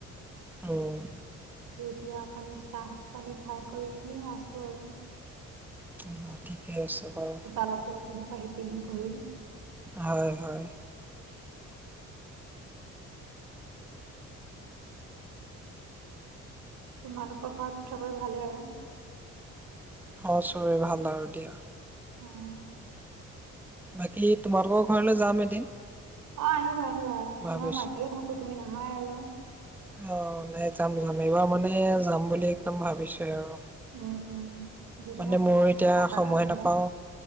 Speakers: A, in the centre; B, on the right (about 75°).
A: মই
B: এতিয়া অকন, চাহ পানী খাই কৰি এনে আ ছো আৰু।
A: অ ঠিকে আছে। বাৰু
B: চোতালতে, এপিনৰ পৰা হেপিনে কৰিম।
A: হয় হয়
B: তোমালোকৰ ঘৰত চবৰে ভালেই আৰু?
A: অহ ', চববেই ভাল আৰু দিয়া।
B: অহ ',
A: বাকী তোমালোকৰ ঘৰলৈ যাম এদিন
B: অ আহিব আহিবা
A: ভাবিছো
B: তোমাক মাতিয়ে থাকো তুমি নাহাই আৰু
A: অ নাই যাম যাম এইবাৰ মানে যাম বুলি একদম ভাবিছ আৰু
B: উ উম দুদিনমান
A: মানে মোৰ
B: থাকা
A: এতিয়া
B: থাকাকে
A: সময়
B: আহিবা
A: নাপাওঁ